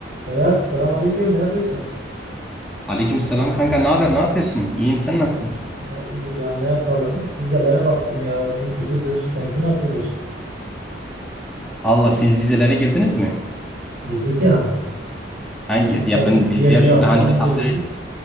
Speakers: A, on the right; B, in the centre.
A: Berat, selamünaleyküm. Ne yapıyorsun?
B: Aleykümselam kanka ne haber ne yapıyorsun? İyiyim sen
A: Allah,
B: nasılsın?
A: Allah iyidir ya. Ne yapalım? Vizelere baktım ya. Benim kötüdür. Seninki nasıldır?
B: Allah siz vizelere girdiniz mi?
A: Girdik ya.
B: Hangi
A: Girdik tabii.
B: ya ben biz
A: Bir,
B: diğer
A: bir
B: şube
A: hafta
B: hani
A: önce
B: biz haftaya
A: girdik.